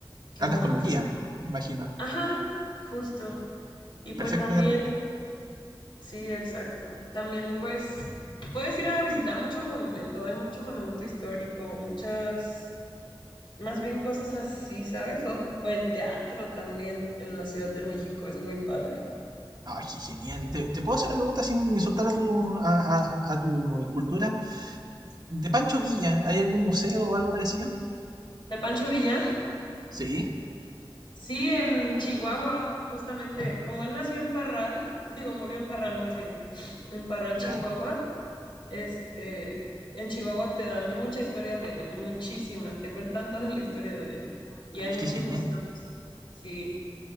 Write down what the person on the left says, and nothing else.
¿qué
más?
Ajá, justo. Y pues
también,
sí, exacto. También pues puedes ir a visitar mucho monumento, hay mucho monumento histórico, muchas, más bien cosas así, ¿sabes? O, o el teatro también en la Ciudad de México, es muy padre.
¿De Pancho Villa?
Sí, en Chihuahua, justamente, como él nació en Parral, digo, murió en Parral más bien, en Parral,
Chihuahua, este, en Chihuahua te dan mucha historia de él, muchísima, te cuentan toda la historia de él. Y hay
muchos
museos, sí,